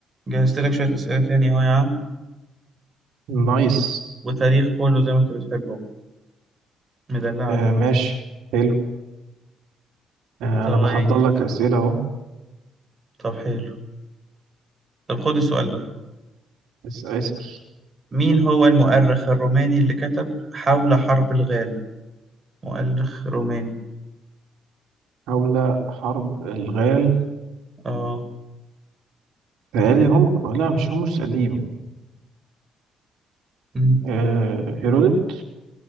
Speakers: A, on the right; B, on the right.
A: جهزت لك شوية أسئلة تاني أهو يا عم
B: نايس
A: وتاريخ كله زي ما أنت بتحبه مدلعك
B: آه
A: بقى.
B: ماشي حلو آه
A: طيب
B: أنا بحضر لك أسئلة أهو
A: طب حلو طب خد السؤال ده
B: اس- اسأل
A: مين هو المؤرخ الروماني اللي كتب حول حرب الغالة مؤرخ روماني
B: حول حرب الغال
A: آه
B: تهيألي هم لا مش هومرس قديم
A: مم.
B: آه هيرودوت